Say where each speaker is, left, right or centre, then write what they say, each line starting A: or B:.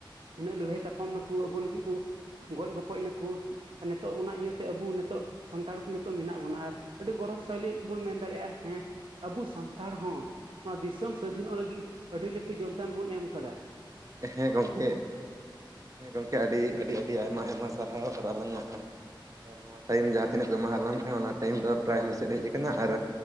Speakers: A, on the right; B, on the right.
A: ᱤᱱᱟᱹᱜ ᱞᱟᱹᱲᱦᱟᱹᱭ ᱛᱟᱯᱟᱢ ᱱᱩᱠᱩ ᱟᱵᱩ ᱞᱟᱹᱜᱤᱫ ᱠᱚ ᱜᱚᱡ ᱜᱚᱯᱚᱡ ᱱᱟ ᱠᱚ ᱟᱨ ᱱᱤᱛᱚᱜ ᱚᱱᱟ ᱤᱭᱟᱹᱛᱮ ᱟᱵᱚ ᱱᱤᱛᱚᱜ ᱥᱟᱱᱛᱟᱲ ᱠᱚ ᱱᱤᱛᱚᱜ ᱢᱮᱱᱟᱜ ᱵᱚᱱᱟ ᱟᱨ ᱟᱹᱰᱤ ᱜᱚᱨᱚᱵᱽ ᱥᱟᱹᱞᱤᱡ ᱵᱚᱱ ᱢᱮᱱ ᱫᱟᱲᱮᱭᱟᱜᱼᱟ, ᱦᱮᱸ ᱟᱵᱚ ᱥᱟᱱᱛᱟᱲ ᱦᱚᱸ ᱱᱚᱣᱟ ᱫᱤᱥᱚᱢ ᱥᱟᱹᱫᱷᱤᱱᱚᱜ ᱞᱟᱹᱜᱤᱫ ᱟᱹᱰᱤ ᱞᱟᱹᱴᱩ ᱡᱳᱜᱽᱫᱟᱱ ᱵᱚᱱ ᱮᱢ ᱠᱟᱫᱟ᱾
B: ᱦᱮᱸ ᱜᱚᱢᱠᱮ ᱦᱮᱸ ᱜᱚᱢᱠᱮ ᱟᱹᱰᱤ ᱟᱹᱰᱤ ᱟᱹᱰᱤ ᱟᱭᱢᱟ ᱟᱭᱢᱟ ᱥᱟᱨᱦᱟᱣ ᱟᱨ ᱟᱞᱟᱝ-ᱟᱜ ᱱᱚᱣᱟ ᱴᱟᱭᱤᱢ ᱡᱟᱦᱟᱸ ᱛᱤᱱᱟᱹᱜ ᱠᱚ ᱮᱢᱟᱦᱟᱞᱟᱝ ᱠᱟᱱᱟ᱾ ᱚᱱᱟ ᱴᱟᱭᱤᱢ ᱫᱚ ᱯᱨᱟᱭ ᱢᱩᱪᱟᱹᱫ ᱦᱮᱡ ᱟᱠᱟᱱᱟ ᱟᱨ